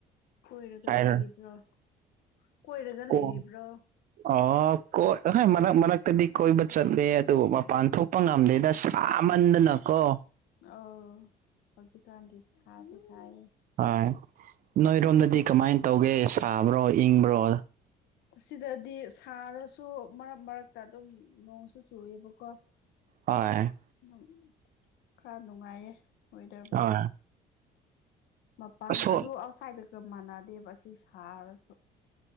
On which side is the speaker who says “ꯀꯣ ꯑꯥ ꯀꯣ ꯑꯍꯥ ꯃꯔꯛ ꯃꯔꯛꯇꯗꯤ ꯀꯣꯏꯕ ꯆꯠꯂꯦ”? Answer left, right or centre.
Right